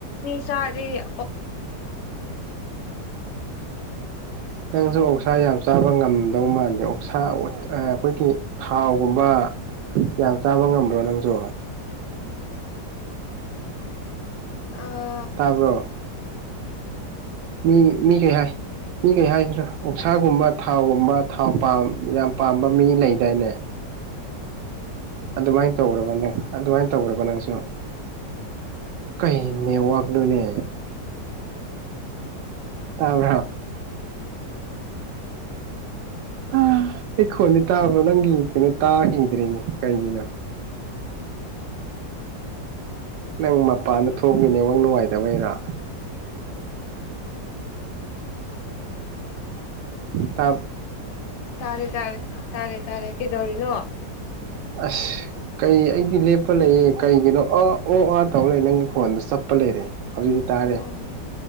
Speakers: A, on the left (about 75°); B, on the right (about 85°).
A: ꯆꯔꯦ
B: ꯅꯪꯁꯨ ꯑꯣꯛꯁꯥ ꯌꯥꯝ ꯆꯥꯕ ꯉꯝꯗꯧ ꯃꯥꯟꯗꯦ ꯑꯣꯛꯁꯥ ꯑꯩꯈꯣꯏꯒꯤ ꯊꯥꯎꯒꯨꯝꯕ ꯌꯥꯝ ꯆꯥꯕ ꯉꯝꯕ꯭ꯔꯣ ꯅꯪꯁꯨ
A: ꯑ
B: ꯇꯥꯕ꯭ꯔꯣ ꯃꯤ ꯃꯤ ꯀꯩ ꯍꯥꯏ ꯃꯤ ꯀꯩ ꯍꯥꯏꯁꯤꯔꯥ ꯑꯣꯞꯁꯥꯒꯨꯝꯕ ꯊꯥꯎꯒꯨꯝꯕ ꯊꯥꯎ ꯌꯥꯝ ꯄꯥꯝꯕ ꯃꯤ ꯂꯩꯗꯥꯏꯅꯦ ꯑꯗꯨꯃꯥꯏꯅ ꯇꯧꯔꯕꯅꯦ ꯑꯗꯨꯃꯥꯏꯅ ꯇꯧꯔꯕ ꯅꯪꯁꯨ ꯀꯩ ꯅꯦꯋꯥꯛꯛꯅꯣꯅꯦ ꯇꯥꯕꯣ ꯑꯩ ꯈꯣꯟꯗꯤ ꯇꯥꯕ꯭ꯔꯣ ꯅꯪꯒꯤ ꯀꯩꯅꯣ ꯇꯥꯈꯤꯗ꯭ꯔꯦꯅꯦ ꯀꯩꯒꯤꯅꯣ ꯅꯪ ꯃꯄꯥꯟꯗ ꯊꯣꯡꯈꯤꯅꯦꯉꯪ ꯅꯨꯡꯉꯥꯏꯇꯕ ꯍꯩꯔꯥ ꯇꯥ
A: ꯇꯥꯔꯦ ꯇꯥꯔꯦ ꯇꯥꯔꯦ ꯇꯥꯔꯦ ꯀꯩꯗꯧꯔꯤꯅꯣ
B: ꯑꯁ ꯀꯩ ꯑꯩꯗꯤ ꯂꯦꯞꯄ ꯂꯩꯌꯦ ꯀꯩꯒꯤꯅꯣ ꯑ ꯑꯣ ꯑꯥ ꯇꯧ ꯂꯩꯦ ꯅꯪꯒꯤ ꯐꯣꯟꯗ ꯆꯄ ꯄ ꯂꯩꯔꯦ ꯍꯧꯖꯤꯛꯇꯤ ꯇꯥꯔꯦ
A: ꯎꯝ